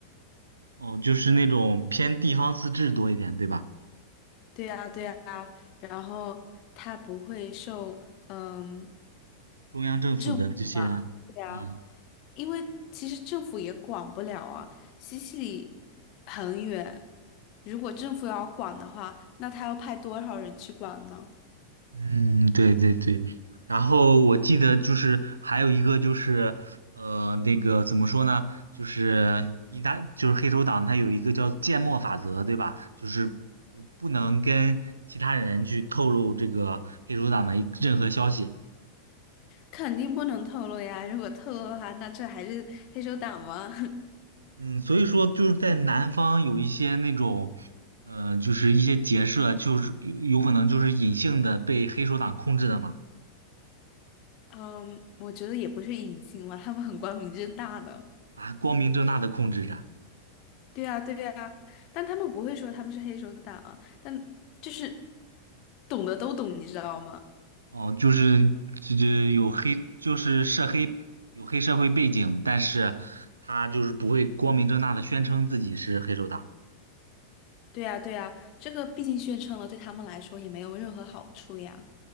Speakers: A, on the right; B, on the left.
A: 哦，就是那种偏地方自治多一点，对吧？
B: 对啊，对啊，然后它不会受嗯
A: 中央政府的这些，
B: 政府啊，对啊，
A: 嗯。
B: 因为其实政府也管不了啊。西西里很远，如果政府要管的话，那他要派多少人去管呢？
A: 嗯，对对对，然后我记得就是还有一个就是呃那个怎么说呢，就是一旦就是黑手党它有一个叫缄默法则，对吧？就是不不能跟其他人去透露这个黑手党的任何消息。
B: 肯定不能透露呀！如果透露的话，那这还是黑手党吗？
A: 嗯，所以说就是在南方有一些那种呃就是一些结社，就是有有可能就是隐性的被黑手党控制的嘛，
B: <laughs> 嗯，我觉得也不是隐性嘛，他们很光明正大的。
A: 啊，光明正大的控制着。
B: 对啊，对啊，但他们不会说他们是黑手党啊，但就是懂的都懂，你知道吗？
A: 哦，就是这这有黑，就是涉黑有黑社会背景，但是他就是不会光明正大的宣称自己是黑手党。
B: 对啊，对啊，这个毕竟宣称了，对他们来说也没有任何好处呀。